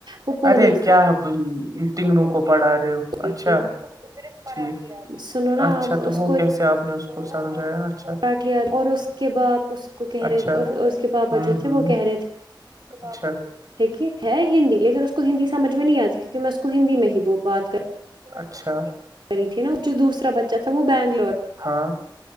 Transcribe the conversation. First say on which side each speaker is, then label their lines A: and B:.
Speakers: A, on the right; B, on the right.
A: وہ پونے
B: ارے کیا
A: سے
B: تگنو کو پڑھا رہے ہو
A: ہوتی
B: اچھایک
A: تھی سنو نا
B: اچھا
A: آپ
B: تو
A: اس
B: وہ کیسے آپ نے اس کو سمجھایا اچھ
A: پراٹھیاد اور اس کے باپ اس کو کہہ
B: اچھا
A: رہے اس کے پاپا
B: ہوں
A: جو تھے
B: ہوں
A: وہ کہہ رہے تھے
B: اچھا
A: ٹھیک ہے ہندی لیکن اس کو ہندی سمج میں نہیں آتی میں اس کو ہندی میں ہی وہ بات کر
B: اچھا
A: کری تھی نا جو دوسرا بچہ تھا وہ بنگلور
B: ہاں